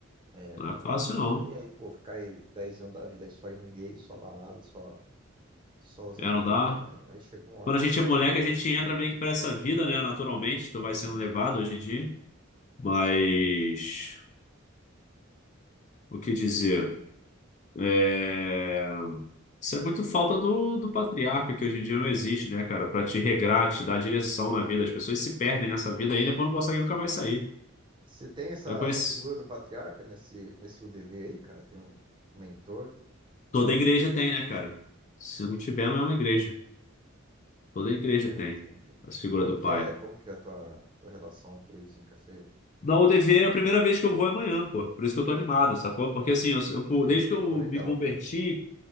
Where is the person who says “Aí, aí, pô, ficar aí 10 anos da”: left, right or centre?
Right